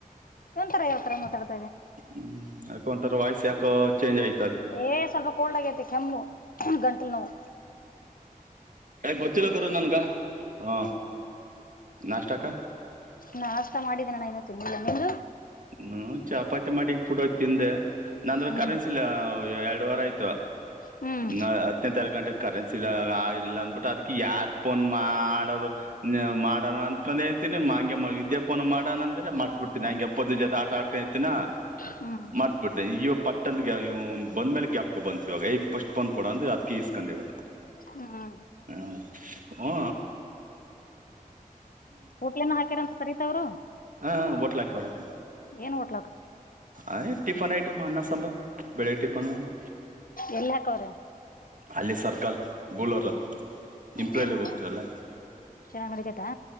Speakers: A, on the left (about 70°); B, on the right (about 60°).
A: ಒಂರ ಯಾವ್ತರ ಮಾತಾಡತ
B: ಹ್ಮ್ ಯಾಕ ಒಂಂತರ ವಾಯ್ಸ್ ಯಾಕೋ ಚೇಂಜ್ ಆಯ್ತ
A: ಏ ಸ್ವಲ್ಪ ಕೋಲ್ಡ್ ಆಗೈತಿ ಕೆಮ್ಮು ಗಂಟಲು ನೋವು
B: ಯ ಗೊತ್ತಿಲ್ಲ ಗರು ನನ್ಗ ಹಾ ನಾಷ್ಟಕ್ಕ
A: ನಾ ಆಸ್ತಾ ಮಾಡಿದ್ದೇಣ ಏನೂ ತಿನ್ನ್ನಲಿಲ್ಲ ನಿಮದು
B: ಹ್ಮ ಚಪಾತಿ ಮಾಡಿ ಪುಡೋ ತಿಂದೆ ನಂದ್ರ
A: ಹ್ಮ್
B: ಕರೆನ್ಸಿಲ್ಲ ಎರಡ್ ವಾರ ಆಯ್ತು
A: ಹ್ಮ್
B: ನ ಹತ್ತನತ್ ಎರ ಗಂಟೆಗೆ ಕರೆನ್ಸಿ ಇಲ್ಲ ಇಲ್ಲ ಅಂದಬಿಟ್ಟು ಅದ್ ಯಾರ ಫೋನ್ ಮಾಡೋದು ನೀ ಮಾಡಣ ಅತ್ಕೊಂಡ್ ಹೇಳ್ತಿನನಿ ಹ ಹಾಗಂ ವಿದ್ಯಾಪಾನನ ಮಾಡೋಣ ಅಂದ್ರೆ ಮಾಡಸ್ಬಿಡ್ತಿನನಿ ಹಂಗೆ ಪ್ಪದ ಜ ಆಟ ಆಡ್ಕತಿನಾ
A: ಹ್ಮ್
B: ಮಾಡ್ಸ್ ಬಿಡ್ತ ಇವ ಪಟ್ಟಂದ ಬಂದ ಮೇಲೆ ಗ್ಯಾಪ್ಕ ಬಂತತ್ ಇವಾಗ ಪಫಸ್ಟ್ ಪನ್ ಕೊಡ ಅ್ರ ಅದಕ ಇಸ್ ಧನ್ಯವಾದ
A: ಹ್ಮ
B: ಹ್ಮ ಹಓ
A: ಕೋಟ್ಲಿನ ಹಾಕ್ಯರಂತ ಸರಿತವ್ರು
B: ಹಾ ಒಟ್ಲಾಕಿ ಹೊರಕ್ಕೆ
A: ಏನ್ ಹೊಟ್ಲಾ
B: ಅ ಟಿಫನ್ ಐಟಮ್ ಅನ್ನ ಸಾಂಬ ಬೆಳಿಗ್ಗೆ ಟಿಫನ್ ಅಂದ
A: ಎಲ್ಲಿ ಹಾಕವ್ರೆ
B: ಅಲ್ಲಿ ಸರ್ಕಲ್ ಬಲತ್ ಇಂಪ್ರೈಲೋಗೋಗತ
A: ಹ್ಮ್ ಹ್ಮ್
B: ಎಲ್ಲ
A: ಚೆನ್ನಾಗ್ ನಡಿತೈತಾ